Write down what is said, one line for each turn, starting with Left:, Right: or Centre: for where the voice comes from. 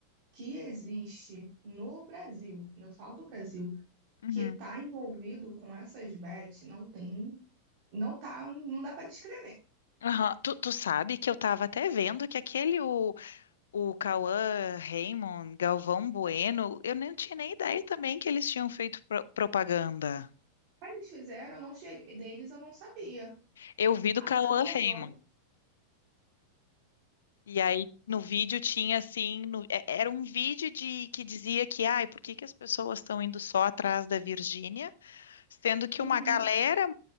Right: que existe no Brasil, eu falo do Brasil,
Left: uhum,
Right: que tá envolvido com essas bets, não tem, não tá, não dá pra descrever.
Left: aham. Tu, tu sabe que eu tava até vendo que aquele, o, o Cauã Raymond, Galvão Bueno, eu não tinha nem ideia também que eles tinham feito pro- propaganda.
Right: Aí Eles fizeram, eu não cheguei, deles eu não sabia.
Left: Eu vi do
Right: Até
Left: Cauã
Right: o Galvão.
Left: Raymond. E aí no vídeo tinha assim, no- é- era um vídeo de que dizia que, ai, por que que as pessoas estão indo só atrás da Virgínia, sendo que
Right: Uhum.
Left: uma galera